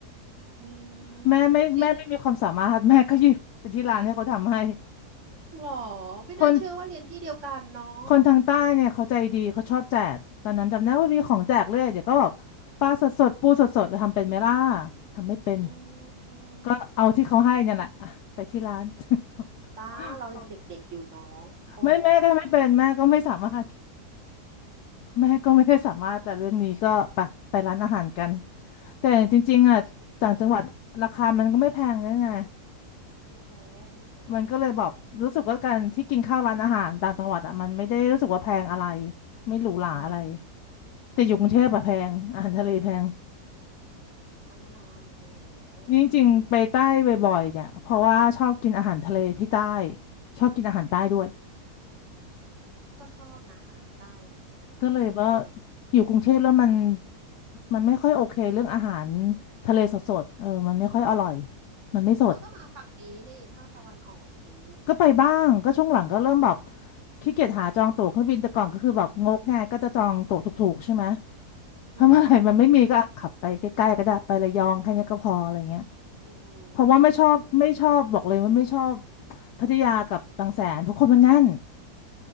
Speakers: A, on the right; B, on the left.
A: อืม
B: แม่ไม่แม่ไม่มีความสามารถแม่ก็หยิบไปที่ร้านให้เขาทำให้
A: เรียนหรอไม่น่าเชื่อว่าเรียนที่เดียวกันเนาะ
B: คนคนทางใต้เนี่ยเขาใจดีเขาชอบแจกตอนนั้นจำได้ว่ามีของแจกเรื่อยเดี๋ยวก็แบบปลาสดๆปูสดสดทำเป็นไหมล่ะ
A: อืม
B: ทำไม่เป็น
A: อืมอืม
B: ก็เอาที่เขาให้เนี่ยแหละอ่ะไปที่ร้าน <laughs>
A: ป้าเรายังเด็กๆอยู่เนาะก็
B: ไม่แม่ก็ไม่เป็นแม่ก็ไม่สามารถแม่ก็ไม่ได้สามารถแต่เรื่องนี้ก็ไปไปร้านอาหารกันแต่จริงๆอ่ะต่างจังหวัดราคามันก็ไม่แพงนะไง
A: ก็อยู่กัน ไม่แพงไม่แพง
B: มันก็เลยแบบรู้สึกว่าการที่กินข้าวร้านอาหารต่างจังหวัดอ่ะมันไม่ได้รู้สึกว่าแพงอะไรไม่หรูหราอะไร
A: อืม
B: แต่อยู่กรุงเทพอะแพงอาหารทะเลแพง
A: อืมเพราะแน่นอนแพงอยู่แล้วเออ
B: นี่จริงๆไปใต้บ่อยๆเนี่ยเพราะว่าชอบกินอาหารทะเลที่ใต้ชอบกินอาหารใต้ด้วย
A: อืมก็ชอบนะ อาหารใต้นะ
B: ก็เลยว่า
A: เออ
B: อยู่กรุงเทพแล้วมันมันไม่ค่อยโอเคเรื่องอาหารทะเลสดๆเออมันไม่ค่อยอร่อยมันไม่สด
A: เธอก็มาฝั่งนี้นี่ภาคตะวันออกสิ
B: ก็ไปบ้างก็ช่วงหลังก็เริ่มแบบขี้เกียจหาจองตั๋วเครื่องบินแต่ก่อนก็คือแบบงกง่ายก็จะจองตั๋วถูกๆใช่ไหม
A: อืม
B: ถ้าเมื่อไหร่มันไม่มีก็อ่ะขับไปใกล้ๆก็ได้ไประยองแค่เนี้ยก็พออะไรเงี้ย
A: อืมอืม
B: เพราะว่าไม่ชอบไม่ชอบบอกเลยว่าไม่ชอบพัทยากับบางแสนเพราะคนมันแน่น